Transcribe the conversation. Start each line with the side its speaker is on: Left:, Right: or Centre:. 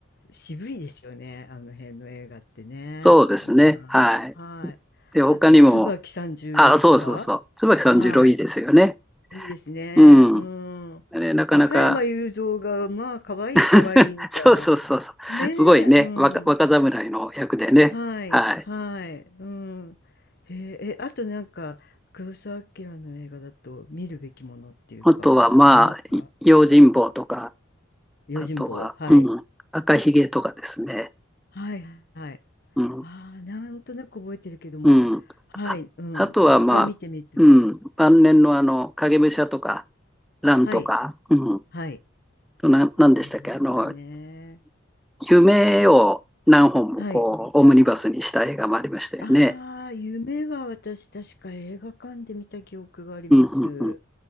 Left: 渋いですよね、あの辺の映画ってね。
Centre: そうですね。
Left: いいな。
Centre: はい。
Left: はい。
Centre: で、他にも、
Left: あと、椿三十郎とか。
Centre: あ、そうそうそう。椿三十郎いいですよね。
Left: はい。いいですね。
Centre: うん。
Left: うん。
Centre: あれ、なかなか、
Left: 加山雄三が、まあ、可愛い可愛いみたいな。
Centre: <laughs> そうそうそうそう。
Left: ねえ、
Centre: すごいね、
Left: うん。
Centre: 若、若侍の役でね。
Left: はい、
Centre: はい。
Left: はい、うん。へえ、え、あとなんか、黒澤明の映画だと見るべきものっていうか、
Centre: あとは、まあ、
Left: ありますか
Centre: い用心棒とか、
Left: 用心棒。
Centre: あとは、
Left: はい。
Centre: うん、赤ひげとかですね。
Left: はい、はい。
Centre: うん
Left: ああ、なんとなく覚えてるけども、
Centre: うん。
Left: はい、
Centre: あ、
Left: うん、
Centre: あとは、
Left: もう一回見てみたい。
Centre: まあ、うん、晩年のあの、影武者とか、ンとか、
Left: はい、
Centre: うん、
Left: はい、
Centre: な、なんでしたっけ、
Left: ありましたね。
Centre: あの、い夢を何本もこう、
Left: はい。
Centre: オムニバスにした映画もありましたよね。
Left: ああ、夢は私確か映画館で見た記憶があります。
Centre: うん、うん、うん。